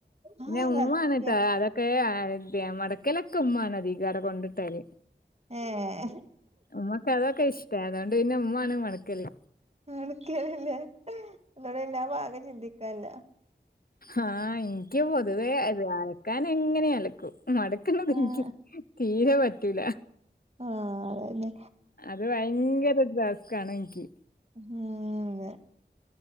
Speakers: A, on the right (about 35°); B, on the left (about 50°).
A: ആഹ്
B: ഇന്നെ ഉമ്മ
A: സത്യം
B: അനട്ടാ അതൊക്കെ ഇക് കിലക്ക ഉ്മാണ് അധീകാര കൊണ്ടിട്ടല്
A: ആഏ
B: ഉമ്മക്ക് അതൊക്കെ ഇഷ്ട അതുകൊണ്ട് പിന്നെ ഉമ്മ ആണ് മടക്കല്ല
A: മനക്കന്നെ അടെല്ല ഭാകം ചിന്തിക്കല്ല
B: ആഹ എനിക്ക് പൊതുവേ അത് അഴക്കാൻ എങ്ങനെ അലക്കും മടു എനിക്ക്
A: ആഹ്
B: തീരെ പറ്റൂല
A: ആഹ അരന്നെ
B: അത് ഭയങ്കര ഡാസ്ക്കാണ് എനിക്ക്
A: ഉം